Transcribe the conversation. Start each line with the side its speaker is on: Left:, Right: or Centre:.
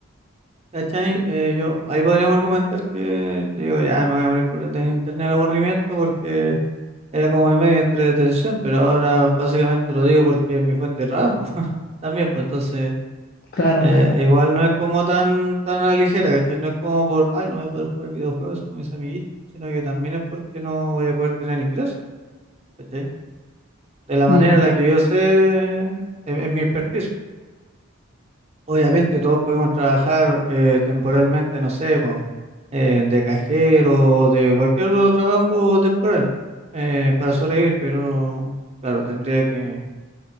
Right: ¿cachai? Eh, yo, ahí podríamos argumentar que yo digo, ya me voy a morir por de internet el aburrimiento Era como mi medio de entretención, pero ahora básicamente lo digo porque es mi fuente de trabajo <laughs> también, pues entonces
Left: claro,
Right: eh,
Left: claro.
Right: igual no es como tan, tan a la ligera, ¿cachai? No es como por, ay, no voy a poder jugar videojuegos con mis amiguitos, sino que también es porque no voy a poder tener ingresos, ¿cachai? De la manera
Left: Mm.
Right: en la que yo sé, en, en mi expertise. Obviamente todos podemos trabajar eh, temporalmente, no sé, po, eh, de cajero, de cualquier otro trabajo temporal eh, para sobrevivir, pero claro, tendría que